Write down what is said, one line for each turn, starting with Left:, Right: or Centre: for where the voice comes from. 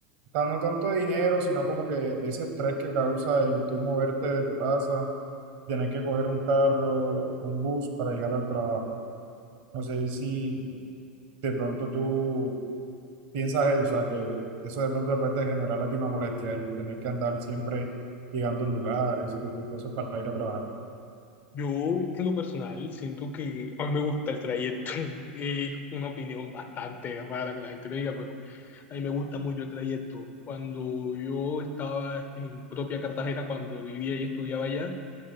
Right: sea, no tanto de dinero, sino como que ese estrés que causa el tú moverte de tu casa, tener que coger un carro, un bus para llegar al trabajo. No sé si de pronto tú piensas eso, o sea, que eso de pronto te puede generar a ti una molestia, el tener que andar siempre llegando a un lugar, ese tipo de cosas para ir a trabajar.
Left: Yo, en lo personal, siento que a mí me gusta el trayecto. <laughs> Es una opinión bastante rara que la gente me diga, pero a mí me gusta mucho el trayecto. Cuando yo estaba en propia Cartagena, cuando vivía y estudiaba allá,